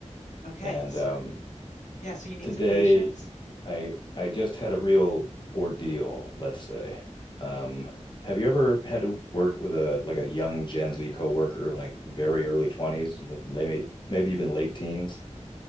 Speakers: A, on the left; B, on the left.
A: Okay,
B: And
A: so
B: um,
A: yeah, so you need
B: today
A: some patience.
B: I, I just had a real ordeal, let's say. Um, have you ever had to work with a like a young Gen Z coworker, like very early twenties, maybe maybe even late teens?